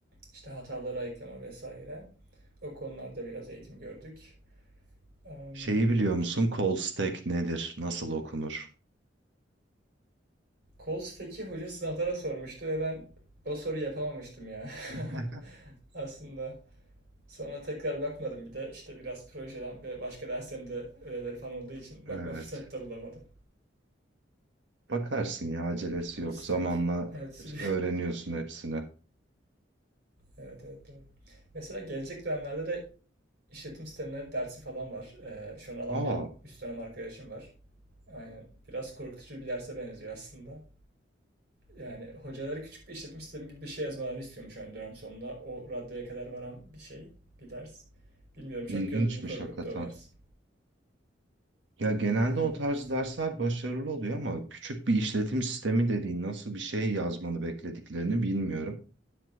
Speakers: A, on the right; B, on the right.
A: işte hataları ayıklama vesaire. O konularda biraz eğitim gördük. Em,
B: Şeyi biliyor musun? Call stack nedir? Nasıl okunur?
A: Kol stack'i hoca sınavlara sormuştu ve ben o soruyu yapamamıştım ya.
B: <laughs>
A: <laughs> Aslında. Sonra tekrar bakmadım. Bir de işte biraz projeden ve başka derslerin de ödevleri falan olduğu için
B: Evet.
A: bakma fırsatı da bulamadım.
B: Bakarsın ya acelesi
A: Kol
B: yok.
A: stack.
B: Zamanla
A: Evet. <laughs>
B: öğreniyorsun hepsini.
A: Evet evet doğru. Mesela gelecek dönemlerde de işletim sistemleri dersi falan var. Ee, şu an alan
B: Aa,
A: bir üst dönem arkadaşım var. Aynen. Biraz korkutucu bir derse benziyor aslında. Yani hocaları küçük bir işletim sistemi gibi bir şey yazmalarını istiyormuş hani dönem sonunda. O raddeye kadar varan bir şey, bir ders. Bilmiyorum çok
B: ilginçmiş
A: gözümü korkuttu
B: hakikaten.
A: o ders.
B: Ya genelde
A: Evet.
B: o tarz dersler başarılı oluyor ama küçük bir işletim sistemi dediğin nasıl bir şey yazmanı beklediklerini bilmiyorum.